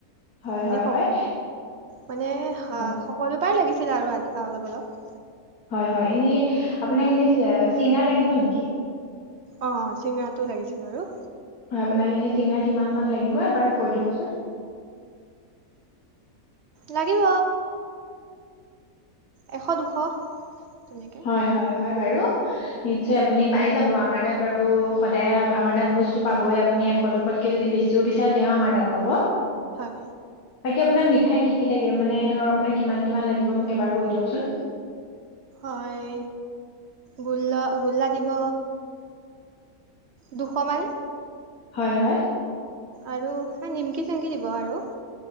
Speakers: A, on the left (about 80°); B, on the right (about 55°).
A: হয়
B: মানে
A: হয়
B: স
A: হয়
B: মানে আহ
A: হয়
B: সকলো পাই লাগি ছিলে আৰু আধা অলপ অলপ
A: হয় হয় এনেই আপোনাক এনে চিঙৰা লাগিব নেকি?
B: অ চিঙৰাটো লাগিছিল বাৰু
A: হয় আপোনাক এনে চিঙৰা কিমান মান লাগিব এবাৰ কই দিয়কচোন।
B: লাগিব এশ দুশ তেনেকে
A: হয় হয় হয় বাৰু নিশ্চয়
B: উম,
A: আপুনি পাই যাব। আমাৰ তাত বাৰু সদায় আমাৰ তাত বস্তু পাবই। আপুনি এশ দুশতকে যদি বেছিও বিচাৰে তে আমাৰ তাত পাব।
B: হয়,
A: বাকী আপোনাৰ মি ঠাই কি কি লাগে মানে ধৰক আপোনাক কিমান কিমান লাগিব মোক এবাৰ গৈ দিয়কচোন।
B: হয় গোল্লা গোল্লা দিব দুশমান
A: হয় হয়
B: আৰু হ নিমকি চিমকি দিব আৰু <unintelligible>